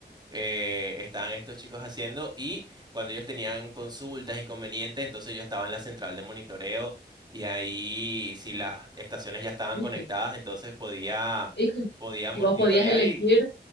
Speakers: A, on the right; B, on the left.
A: eh, estaban estos chicos haciendo y cuando ellos tenían consultas, inconvenientes, entonces yo estaba en la central de monitoreo y ahí si las estaciones ya estaban
B: Híjole,
A: conectadas, entonces podía,
B: <laughs> híjole.
A: podía
B: Y
A: monitorear
B: vos podías elegir
A: y